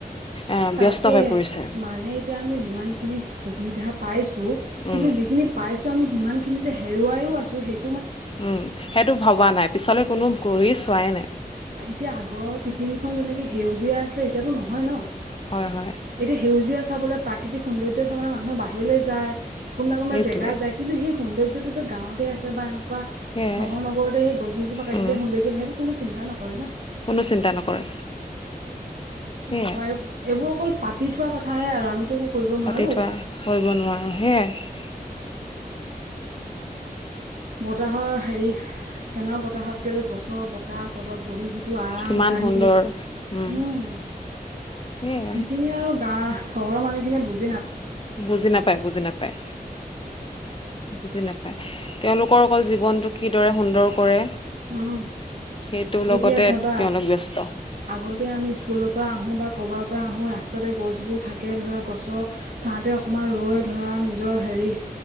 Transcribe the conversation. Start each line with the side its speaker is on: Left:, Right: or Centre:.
Left: এ
Right: তাকে
Left: ব্যস্ত হৈ পৰিছে।
Right: মানে এতিয়া আমি যিমান খিনি সুবিধা পাইছো। কিন্তু
Left: উম,
Right: যিখিনি পাইছো, আমি সিমানখিনি যে হেৰুৱাইও আছো। সেই
Left: উম' সেইটো ভবা নাই, পিছলৈ কোনো ঘূৰি চোৱাই নাই।
Right: এতিয়া আগৰ পৃথিৱীখন যেনেকে সেউজীয়া আছিলে, এতিয়াতো নহয় ন
Left: হয়, হয়।
Right: এতিয়া সেউজীয়া চাবলৈ প্ৰাকৃতিক সৌন্দৰ্য চাবলৈ মানুহে বাহিৰলৈ যায় কোনোবা-কোনোবা
Left: সেইটোৱে
Right: জেগাত যায় কিন্তু সেই সৌন্দৰ্যটোতো গাঁৱতে আছে বা এনেকুৱা
Left: সেয়াই
Right: চহৰ নগৰতে সেই গছ-গছজোপা কাটি
Left: উম,
Right: দিলে সৌন্দৰ্য বাঢ়ে, সেইটো কোনো চিন্তা নকৰে ন।
Left: কোনো চিন্তা নকৰে সেয়াই
Right: কি ক'বা এই-এইবোৰ অকল পাতি থোৱা কথাহে আৰু, আমিতো একো কৰিব নোৱাৰো
Left: পাতি থোৱা, কৰিব নোৱাৰো সেইয়াই।
Right: বতাহৰ হেৰি, ফেনৰ বতাহতকে যে গছৰ বতাহ তলত বহি যিটো আৰাম
Left: কিমান
Right: শান্তি
Left: সুন্দৰ উম
Right: ওম
Left: সেয়াই
Right: সেইখিনিে আৰু গা চহৰৰ মানুহখিনিয়ে বুজ-
Left: বুজি নাপায় বুজি নাপায়। বুজি নাপায় তেওঁলোকৰ অকল জীৱনটো কিদৰে সুন্দৰ কৰে।
Right: ওম।
Left: সেইটোৰ লগতে
Right: এতিয়া চাবা
Left: তেওঁলোক ব্যস্ত
Right: আগতে আমি স্কুলৰ পৰা আহোঁ বা ক'ৰবাৰ পৰা আহোঁ ৰাস্তাতে গছবোৰ থাকে ধৰা গছৰ চাওঁতে অকণমান ৰৈ ধৰা নিজৰ হেৰি